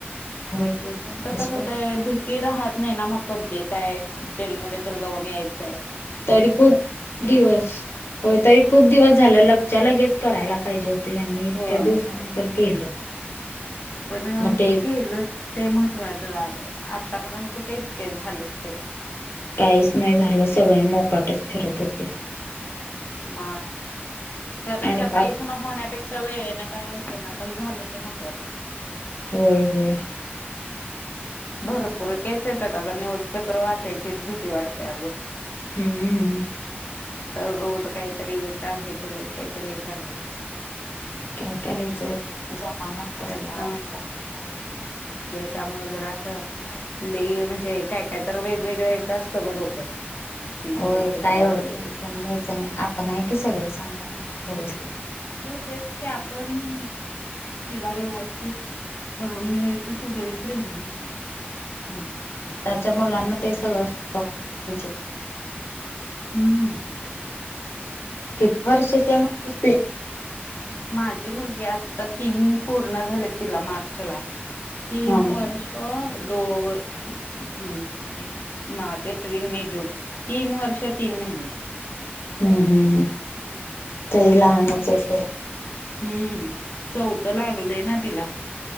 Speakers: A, on the left; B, on the left.
A: होय. ते पण आहेच
B: तसं
A: पण
B: ते भीती राहत नाही ना मग कोणती, काय जेलमध्ये तर जाऊन या यचंय,
A: तरी खूप दिवस, होय तरी खूप दिवस झालं, लगच्या लगेच करायला पाहिजे होत यांनी इतक्या
B: होय
A: दिवसानंतर केलं.
B: पण
A: मग ते
B: केल ते महत्त्वाचं. आतापर्यंत कुठे इतके झालेत ते
A: काहीच नाही झालं सगळे मोकाटच फिरत होते
B: म त्यापेक्षा
A: आणि पाप
B: काहीच न होण्यापेक्षा वेळ काय पण झालं ते महत्वाच
A: हो हो
B: भरपूर केस येतात अग न्यूजपेपर वाचायचीच भीती वाटते अगं
A: हम्म
B: स रोज काहीतरी एक आहेच रोज काहीतरी एक आहेच
A: काय करायचं जमानाच तसला
B: त्यात
A: आल्यासारखे झाले
B: त्यामुळ जरा असं लेई म्हणजे काय काय तर वेगवेगळं येतं असतं ग डोक्यात ती
A: होय
B: न्यूजपेपर
A: काय
B: वाचलं
A: एवढं टेन्शन
B: की
A: घ्यायचं नाही आपण आहे की सगळं सांभाळायचं व्यवस्थित
B: मग तेच की आपण तिला व्यवस्थित करून घ्यायचं सगळं ट्रेनिंग वगैरे नंतर
A: त्याच्या मुलांना ते सगळं शिकयला पाहिजे
B: हम्म
A: किती वर्षाच्या म्हणालीस
B: माझी मुलगी आता तीन पूर्ण झाले तिला मार्च ला तीन
A: हा हम्म
B: वर्ष दो हम्म मार्च एप्रिल मे जून तीन वर्ष तीन महिन्याचे
A: हम्म हम्म हम् तरी लहानचे अस
B: हम्म चौथ लागले ना तिला